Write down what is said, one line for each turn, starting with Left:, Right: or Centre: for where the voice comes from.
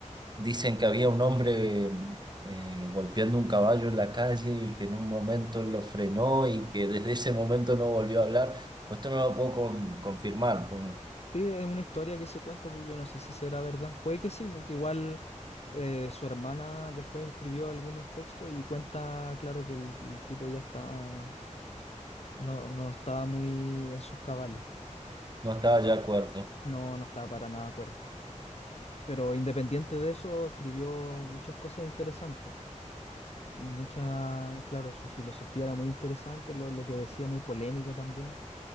Right: dicen que había un hombre eh, golpeando un caballo en la calle y que en un momento lo frenó y que desde ese momento no volvió a hablar. Pues esto no lo puedo con- confirmar, pues
Left: Sí, es una historia que se cuenta, pero yo no sé si será verdad. Puede que sí, porque igual eh, su hermana después escribió algunos textos y cuenta, claro, que el, el tipo ya está, no, no estaba muy en sus cabales,
Right: no estaba ya de acuerdo.
Left: no, no estaba para nada de acuerdo. Pero independiente de eso, escribió muchas cosas interesantes. Mucha, claro, su filosofía era muy interesante, lo, lo que decía muy polémico también.